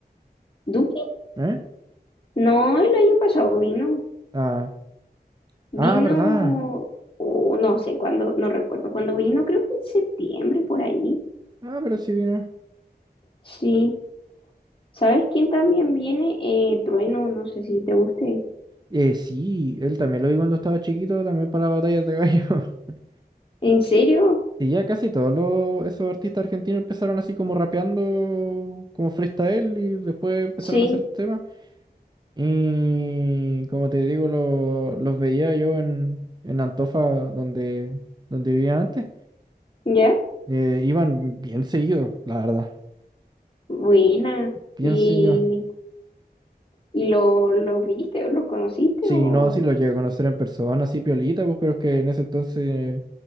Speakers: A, on the left (about 30°); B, on the right (about 25°).
A: ¿Duki?
B: ¿Eh?
A: No, el año pasado vino.
B: Ah,
A: Vino,
B: ah, ¿verdad?
A: o no sé cuándo, no recuerdo cuándo vino, creo que en septiembre por ahí.
B: Ah, pero sí vino.
A: Sí. ¿Sabes quién también viene? Eh, Trueno, no sé si te guste.
B: Eh, sí, él también lo vi cuando estaba chiquito, también para batallas de gallo. <laughs>
A: ¿En serio?
B: Sí, ya casi todos los, esos artistas argentinos empezaron así como rapeando, como freestyle, y después empezaron
A: Sí,
B: a hacer temas. Y como te digo, lo- los veía yo en, en Antofa, donde, donde vivía antes.
A: ¿ya?
B: Eh, iban bien seguidos, la verdad.
A: Buena.
B: Bien
A: ¿Y,
B: seguidos.
A: y lo, los viste o los conociste?
B: Sí,
A: O...
B: no, sí lo llegué a conocer en persona, así piolita, pues, pero es que en ese entonces